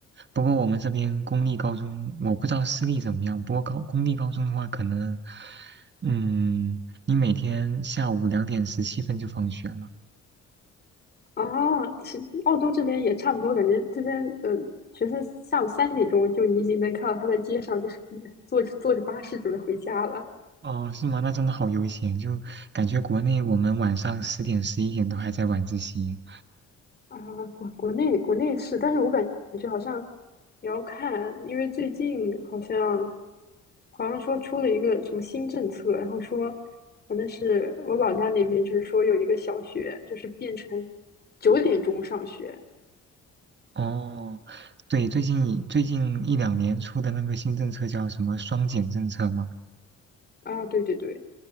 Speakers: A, on the right; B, on the left.
A: 不过我们这边公立高中，我不知道私立怎么样。不过高公立高中的话，可能，嗯，你每天下午两点十七分就放学了。
B: 啊，其实澳洲这边也差不多，感觉这边呃学生下午三点钟就你已经能看到他在街上就是坐着坐着巴士准备回家了
A: 哦，是吗？那真的好悠闲，就感觉国内我们晚上十点、十一点都还在晚自习。
B: 啊，国国内国内是，但是我感觉好像也要看，因为最近好像。好像说出了一个什么新政策，然后说，反正是我老家那边，就是说有一个小学，就是变成九点钟上学
A: 哦，对，最近最近一两年出的那个新政策叫什么“双减”政策吗？
B: 啊，对对对，